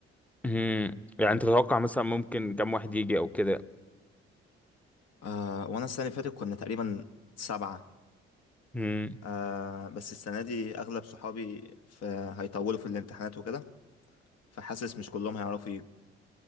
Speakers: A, in the centre; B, on the left (about 50°).
A: مم. يعني انت تتوقع مثلا ممكن كم واحد يجي او كده
B: آه وانا السنه اللي فاتت كنا تقريبا سبعه
A: مم.
B: آه بس السنه دي اغلب صحابي في هيطولوا في الامتحانات وكده فحاسس مش كلهم هيعرفوا ي...